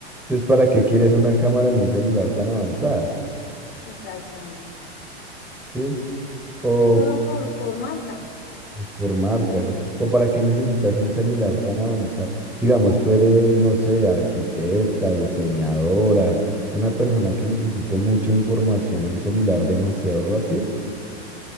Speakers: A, in the centre; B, on the left.
A: entonces, ¿para qué quieres una cámara en un celular tan avanzada?
B: Exactamente.
A: ¿Sí? O
B: ¿Es solo por, por marca?
A: Es Por marcas. ¿O para qué necesitas un celular tan avanzado? Digamos, tú eres, no sé, arquitecta, diseñadora, una persona que necesite mucha información o un celular demasiado rápido.